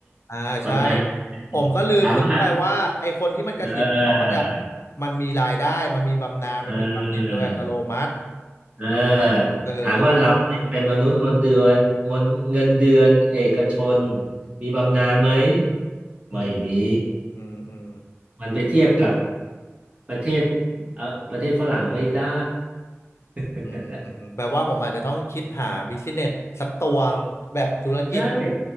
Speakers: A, on the left (about 70°); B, on the right (about 25°).
A: อ่าใช่
B: บำนาญ
A: ผมก็ลืมนึกไปว่าไอ้คนที่มันเกษียณที่ออสอ่ะ
B: ถามว่าเออ
A: มันมีรายได้มันมีบำนาญมันมีบำเหน็จโดยอัตโนมัติ
B: เออเออ
A: เออเออใช่
B: ถามว่าเราเนี่ยเป็นมนุษย์เงินเดือนเงินเงินเดือนเอกชน มีบำนาญไหม
A: อืม
B: ไม่มี
A: อืมอืม
B: มันไปเทียบกับประเทศเออประเทศฝรั่งไม่ได้ <laughs>
A: อืมอืมแปลว่าผมอาจจะต้องคิดหาบิสเนสสักตัวงแบบธุรกิจ
B: ใช่ ใช่